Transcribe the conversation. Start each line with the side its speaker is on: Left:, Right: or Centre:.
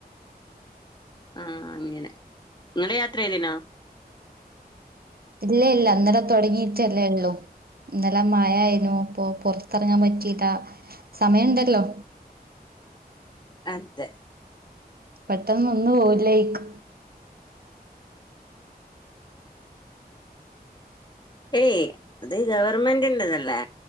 Left: ആഹ് അങ്ങനെ. നിങ്ങള് യാത്ര ചെയ്തീനോ
Right: ഇല്ല ഇല്ല ഇന്നലെ തുടങ്ങിട്ടല്ലേ ഉള്ളൂ ഇന്നല മഴായ്നു. അപ്പൊ പൊറത്തറങ്ങാൻ പറ്റീല്ല. സമയംണ്ടല്ലോ
Left: അതെ
Right: പെട്ടെന്നൊന്നു പോവ്ല്ലൈക്ക്
Left: ഏയ് അത് ഗവർമെന്റിറതല്ലേ